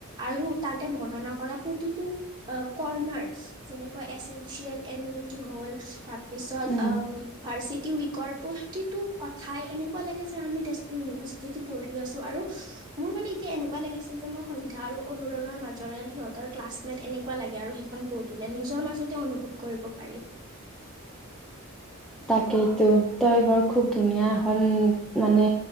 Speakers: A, on the right; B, in the centre.
A: আৰু তাতে বৰ্ণনা কৰা প্ৰতিটো কৰ্ণাৰ যেনেকা এচেঞ্চিয়েল ইমিউনিটি হ'ল, তাৰপিছত অ',
B: উম।
A: ম ফাৰ্চীত টি উৱিকৰ প্ৰতিটো কথাই এনেকুৱা লাগে যে আমি তেজপ সুল ইভাৰ্চিট পঢ়ি আছোঁ আৰু মোৰ মানে এতিয়া এনেকুৱা লাগিছে যে মোৰ সন্ধ্যা আৰু অনুৰণৰ মাজৰে সিহঁতৰ ক্লাছমেট এনেকুৱা লাগে আৰু সেইখন পঢ়িলে, নিজৰ মাজতে অনুভৱ কৰিব পাৰি।
B: তাকেইটো তই বৰ খুব ধুনীয়া এখন মানে